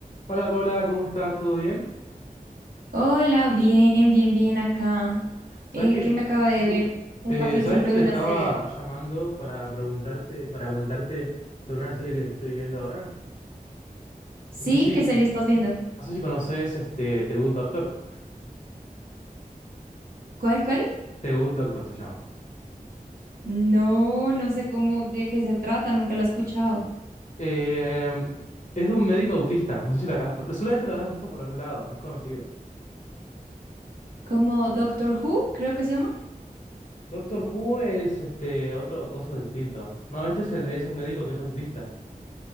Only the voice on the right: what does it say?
Hola, bien, bien, bien acá.
Eh,
que me acabo de
ver un
capítulo
de
una serie.
¿Sí?
¿Qué serie estás viendo?
¿Cuál, cuál?
No, no sé cómo, de qué se trata, nunca la he escuchado.
¿Como Doctor Who, creo que se llama?